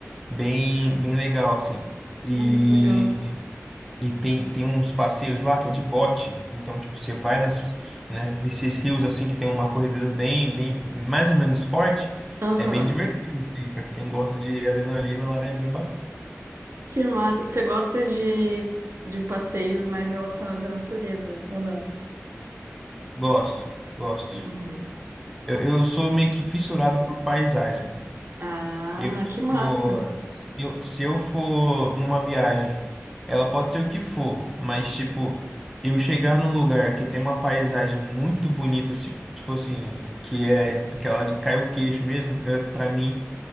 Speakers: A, in the centre; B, on the right.
A: bem bem legal assim. E
B: Ah, que legal.
A: E tem, tem uns passeios lá que é de bote. Então, tipo, você vai nesses, né, nesses rios assim que tem uma corredeza bem, bem, mais ou menos forte.
B: Aham.
A: É bem divertido, assim, pra quem gosta de adrenalina lá é bem
B: Que massa. Você gosta de, de passeios mais relacionados à natureza, ou não?
A: Gosto, gosto.
B: Uhum.
A: Eu, eu sou meio que fissurado por paisagem.
B: Ah,
A: Eu, tipo,
B: que massa.
A: se eu, se eu for numa viagem, ela pode ser o que for, mas, tipo, eu chegar num lugar que tem uma paisagem muito bonita, se- tipo assim, que é aquela de cair o queixo mesmo, é, pra mim,